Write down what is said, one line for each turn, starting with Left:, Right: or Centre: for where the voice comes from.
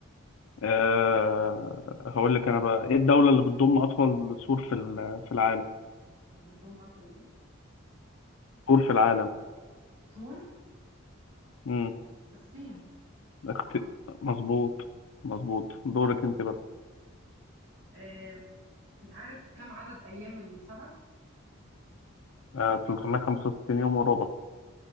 Left: آه هقول لك انا بقى ايه الدولة اللي بتضم اطول سور في ال- في العالم
Right: بتضم أطول إيه؟
Left: سور في العالم
Right: سور
Left: امم
Right: الصين
Left: اخت...
Right: صح؟
Left: مظبوط مظبوط دورك انت بقى
Right: آم، أنت عارف كم عدد أيام السنة؟
Left: آه 365 يوم وربع